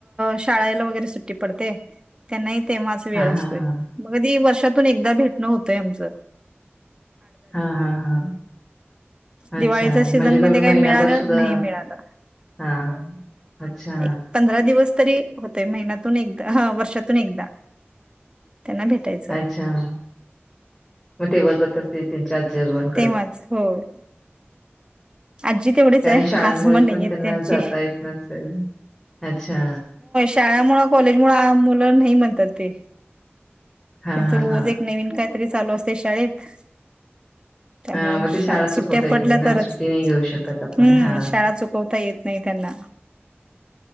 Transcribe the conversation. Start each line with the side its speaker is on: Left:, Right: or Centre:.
Right: शाळेला वगैरे सु पडते,, त्यांना तेव्हाच वेळ
Centre: हा
Right: असतोय,,
Centre: हा हा
Right: म कधि वर्षात एकदा भेटणं होतय आमच.
Centre: हा हा हा,, अच्छा. अच्छा,
Right: दिवाळीच्या सीझन
Centre: म्हणजे तुम्ही
Right: मध्ये काही
Centre: महिनाभर
Right: मिळालं
Centre: सुद्धा
Right: नाही मिळालं.
Centre: हा, अच्छा.
Right: एक पंधरा दिवस तरी होतय, महिन्यातून एकदा,, अंऽ वर्षातून एकदा. त्यांना भेटायचं.
Centre: अच्छा,, मग तेव्हा जात असते त्यांच्या आजोबांकडे
Right: तेवाच, होय. आजी तेवढीच
Centre: कारण
Right: आहे
Centre: शाळांमुळे
Right: आजोबा नाहीयेत
Centre: पण त्यांना
Right: त्यांचे.
Centre: जाता येत नसेल. अच्छा.
Right: शाळा मुळं, कॉलेज मुळं, मुलं नाही म्हणतात ते
Centre: हा
Right: त्यांच
Centre: हा
Right: रोज
Centre: हा
Right: एक नवीन काहीतरी चालू असतय शाळेत. त्यामुळे
Centre: हम्. हा मग
Right: शा
Centre: ते शाळा चुकवता
Right: सुट्ट्या
Centre: येत
Right: पडल्या
Centre: नाही ना,
Right: तरच
Centre: सुट्टी नाही घेऊ शकत आपण
Right: हम्म
Centre: हा.
Right: शाळा
Centre: <inaudible>
Right: चुकवता येत नाही त्यांना